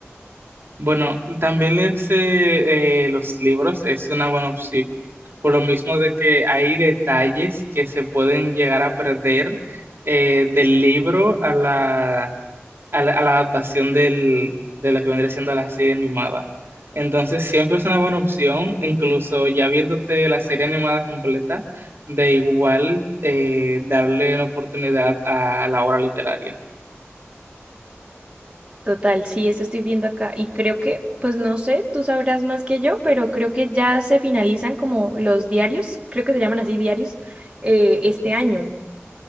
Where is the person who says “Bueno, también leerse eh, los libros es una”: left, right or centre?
Right